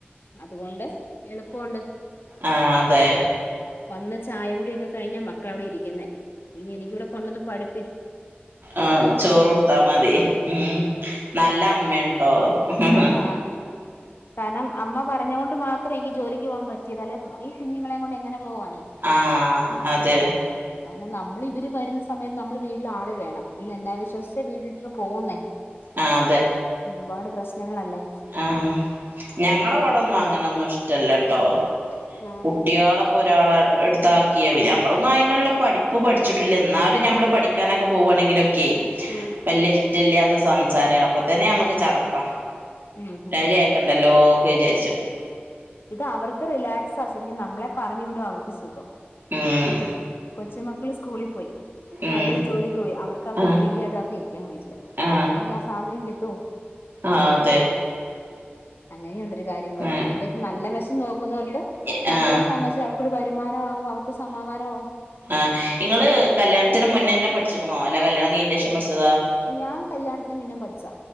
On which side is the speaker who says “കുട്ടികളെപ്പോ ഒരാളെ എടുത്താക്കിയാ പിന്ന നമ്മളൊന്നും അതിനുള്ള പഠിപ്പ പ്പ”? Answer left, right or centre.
Right